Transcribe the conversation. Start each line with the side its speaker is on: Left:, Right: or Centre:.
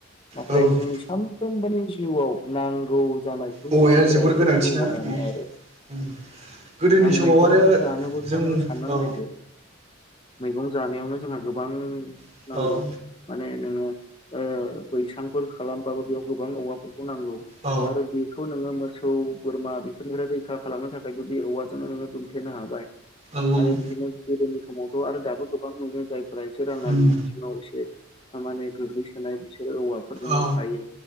Left: नाथाय
Right: औ
Left: जोंनि सानफ्रोमबोनि जिउआव नांगौ जानाय। <unintelligible> औवायानो
Right: औवाया जोबोर गोनांथि ना उम
Left: आरो
Right: उम गोदोनि
Left: दा
Right: समाव
Left: मैगंफोर
Right: आरो
Left: जानोबोथ'
Right: जों
Left: नों साननानै
Right: औ
Left: नायदों। मैगं जानायावनो जोंहा गोबां।
Right: औ
Left: नांगौ
Right: औ
Left: माने नोङो ओ बैसांफोर खालामबाबो बेयाव गोबां औवा। नांगौ
Right: औ
Left: आरो बेखौ नो सौ बोरमा बेफोरनिफ्राय रैखा खालामनो थाखायबो बे औवाजोंनो दुमथेनो हाबाय।
Right: औ
Left: आरो
Right: औ।
Left: बिदिनो गोदोनि समावथ' आरो दाबो गोबां नुयो जायफ्रा एसे राङारि
Right: उम
Left: बिथिङाव एसे। थामाने दुब्लि सोनाय बिसोरो औवाफोरजोंनो
Right: औ
Left: खायो